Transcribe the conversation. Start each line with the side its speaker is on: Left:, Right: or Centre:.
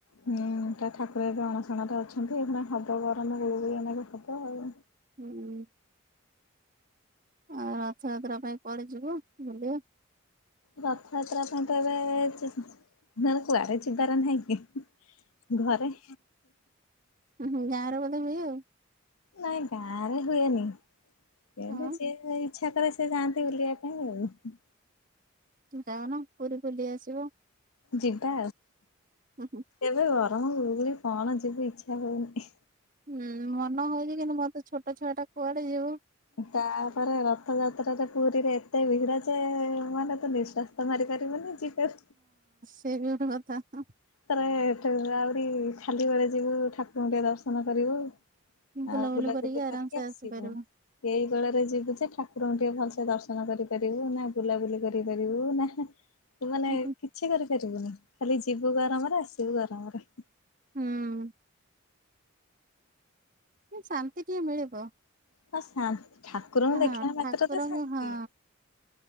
Left: ହୁଁ ଠା ଠାକୁର ଏବେ ଅଣଶଣରେ ଅଛନ୍ତି ଏଇ ଖିଣା ହବ ଗରମ ଗୁଳୁଗୁଳି ଏଇନାକେ ହବ ଆଉ।
Right: ହୁଁ ହୁଁ। ଆଉ ରଥଯାତ୍ରା ପାଇଁ କୁଆଡେ ଯିବ ବୁଲିବା।
Left: ରଥଯାତ୍ରା ପାଇଁ ତ ଏବେ ସେ ହେଲେ କୁଆଡ଼େ ଯିବାର ନାହିଁକି ଘରେ।
Right: ଉଁ ହୁଁ ଗାଁରେ ବୋଧେ ହୁଏ ଆଉ।
Left: ନାଇଁ ଗାଁରେ ହୁଏନି
Right: ଆଉ
Left: ତେବେ ସିଏ ଏଇ ଇଛାକରେ ସେ ଯାଆନ୍ତି ବୁଲିବା ପାଇଁ ଆଉ।
Right: ଯାଉନ ପୁରୀ ବୁଲି ଆସିବ।
Left: ଯିବା
Right: ହୁଁ
Left: ଏବେ ଗରମ ଗୁଳୁଗୁଳି କଣ ଯିବି ଇଛା ହଉନି।
Right: ହୁଁ ମନ ହଉଛି କିନ୍ତୁ ମୋରତ ଛୋଟ ଛୁଆ ଟା କୁଆଡେ ଯିବୁ।
Left: ତାପରେ ର ରଥଯାତ୍ରାରେ ପୁରୀରେ ଏତେ ଭିଡ଼ ଯେ ମାନେ ତ ନିଃଶ୍ୱାସ ତ ମାରିପାରିବୁନି ଯିବେ
Right: ସେଏବି ଗୋଟେ କଥା ହଁ।
Left: ଥରେ ଆହୁରି ଖାଲି ବେଳେ ଯିବୁ ଠାକୁରଙ୍କୁ ଟିକେ ଦର୍ଶନ କରିବୁ।
Right: ବୁଲାବୁଲି
Left: ଆଉ ବୁଲା ବୁଲି
Right: ଆରାମସେ
Left: କରିକି ଆସିବୁ।
Right: ଆସିପାରିବ।
Left: ଏଇ ବେଳରେ ଯିବୁ ଯେ ଠାକୁରଙ୍କୁ ଟିକେ ଭଲସେ ଦର୍ଶନ କରିପାରିବୁ ନା ବୁଲାବୁଲି କରିପାରିବୁ ନା ତୁ ମାନେ
Right: ହୁଁ ହୁଁ
Left: କିଛି କରିପାରିବୁନି ଖାଲି ଯିବୁ ଗରମରେ ଆସିବୁ ଗରମରେ।
Right: ହୁଁ। ଉ ଶାନ୍ତି ଟିକେ ମିଳିବ।
Left: ହଁ ଶା ଠାକୁରଙ୍କୁ
Right: ହଁ
Left: ଦେଖିଲା ମାତ୍ର
Right: ଠାକୁରଙ୍କୁ
Left: ତ ଶାନ୍ତି।
Right: ହଁ